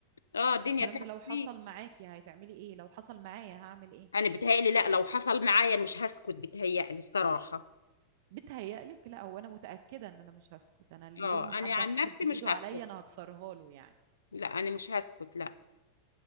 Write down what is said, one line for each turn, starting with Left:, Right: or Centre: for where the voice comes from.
Left: اه الدنيا
Right: الكلام
Left: فيها
Right: ده لو حصل
Left: كتير
Right: معاكي هتعملي ايه لو حصل معايا هعمل ايه
Left: انا بتهيألي لا لو حصل معايا أنا مش هسكت بتهيألي الصراحة
Right: بتهيألك لا هو انا متأكدة ان انا مش هسكت انا اليوم
Left: اه
Right: ما
Left: انا
Right: حد
Left: عن
Right: هيمد
Left: نفسي
Right: ايده
Left: مش هسكت
Right: عليا انا هكسرها له يعني
Left: لا انا مش هسكت لا